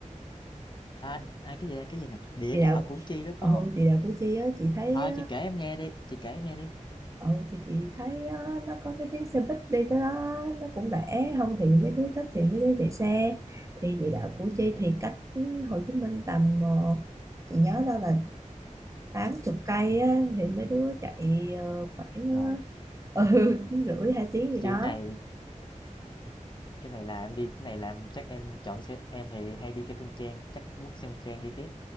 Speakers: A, on the left; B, on the right.
A: à, à, cái gì đây, cái gì nè, địa
B: địa
A: đạo
B: đạo
A: Củ Chi đó
B: ừ
A: phải không?
B: địa đạo Củ Chi á chị thấy
A: Ờ, chị kể em nghe đi, chị kể em nghe đi.
B: ừ thì chị thấy á, nó có cái tiếng xe buýt đi tới đó nó cũng rẻ không thì mấy đứa thích thì mấy đứa chạy xe thì địa đạo Củ Chi
A: Ừ,
B: thì cách Hồ Chí Minh tầm ờ, chị nhớ đâu là tám chục cây á, thì mấy đứa chạy ờ, khoảng
A: rồi,
B: ờ, <laughs> ừ, tiếng rưỡi hai tiếng gì
A: kiểu
B: đó
A: này, cái này là em đi, cái này là em- chắc em chọn xe, em thì hay đi xe Phương Trang, chắc quốc xe Phương Trang đi tiếp.